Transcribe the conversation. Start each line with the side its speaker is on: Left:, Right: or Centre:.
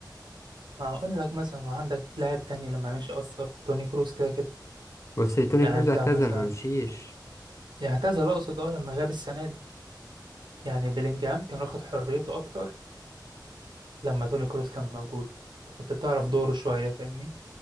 Right: ما أقول لك مثلا وعندك لاعب تاني لما مشي أثر توني كروس كده كده
Left: بس توني
Right: يعني
Left: كروز
Right: أنت
Left: اعتزل
Right: مثلا
Left: ما مشيش
Right: يعني اعتزل أقصد أه لما غاب السنة دي يعني بلينجهام كان واخد حريته أكتر لما توني كروس كان موجود أنت كنت بتعرف دوره شوية فاهمني